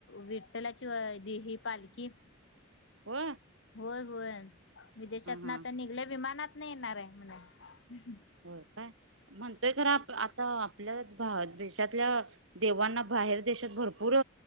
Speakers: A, on the left (about 65°); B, on the right (about 70°).
A: विठ्ठलाची दि ही पालखी
B: हो
A: होय होय विदेशात
B: हा
A: ना तर निघल्या विमानात नाही येणार आहे म्हणून
B: होय काय म्हणतोय जर आप ता आपल्या भार देशातल्या देवांना बाहेर देशात भरपूर